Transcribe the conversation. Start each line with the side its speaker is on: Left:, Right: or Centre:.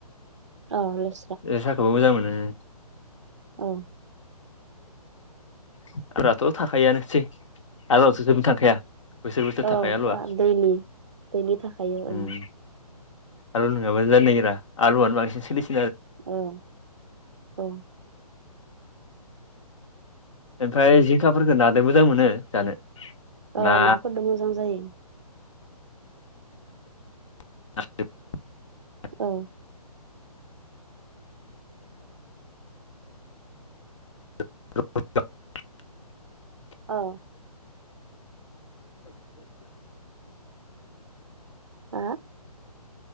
Right: औ लेस
Left: लेस्रा खौबो मोजां मोनो ओं।
Right: ओं।
Left: फोराथ' थाखायोआनोसै आलुवाथ' जोबनो थांखाया। बोसोर बोसोर
Right: औ
Left: थाखायो आलुआ
Right: था दैलि दैलि थाखाय
Left: उम
Right: औ।
Left: आलु नोङाबानो जानो नागिरा आलुआनो बांसिन सोलिस
Right: औ औ।
Left: ओमफाय जिंखाफोरखो नादो मोजां मोनो जानो।
Right: ओ
Left: ना
Right: नाफोरदो मोजां जायो।
Left: <inaudible>
Right: औ।
Left: <inaudible>
Right: औ आ